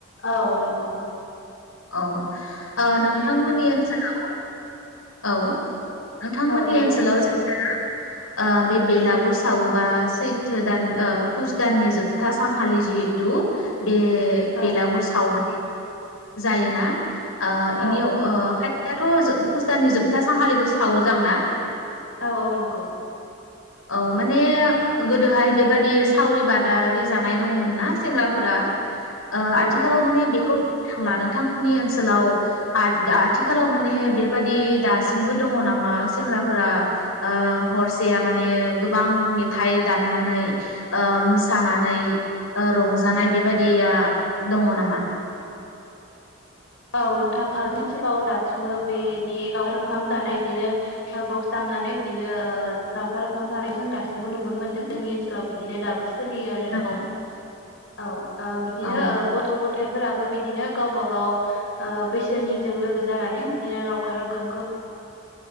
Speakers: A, on the left (about 60°); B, on the left (about 85°).
A: औ नंगौ
B: औ ओ
A: बिदिनो
B: नोंथांमोननि ओनसोलाव औ नोंथांमोननि
A: औ दे
B: ओनसोलाव
A: बुं
B: जेनेबा ओ बे बेलागुर सावोबा सैथ दान ओ पुस दाननि जोबथा सानखालि जिहेतु बे
A: औ
B: बेलागुर सावनाय जायोना आ
A: औ
B: इनि अ दाथ' फुजानि जोबथा सानखालिबो सावो जां ना
A: औ औ नंगौ
B: औ माने गोदोहाय बेबादि सावरि बादारि जानाय दङमोन ना सेंग्राफोरा ओ
A: औ
B: आथिखालाव
A: नंगौ
B: माने बेखौ थांला नोंथांमोननि ओनसोलाव दा आथिखालाव माने बेबादि दासिमबो दङ नामा सेंग्राफोरा ओ हरसेया माने गोबां मेथाइ दामनानै ओ मोसानानै ओ रंजानाय बेबादिया दङ नामा
A: औ नोंथां जोंनि ओनसोलाव दासिमबो बेदि लावखार ओंखाम जानाय बिदिनो बक्स दामनानै बिदिनो ओ लावखार ओंखाम जानायखौ जों दासिमबो नुबोनो मोनदों जोंनि ओनसोलाव बिदिनो दाबो सोलियो आरो
B: औ
A: नोंथां औ ओ बिदिनो
B: औ
A: गथ गथ फिथाइफोराबो बिदिनो गावबा गाव ओ बैसोनिजों लोगो जानानै बिदिनो लावखार ओंखामखौ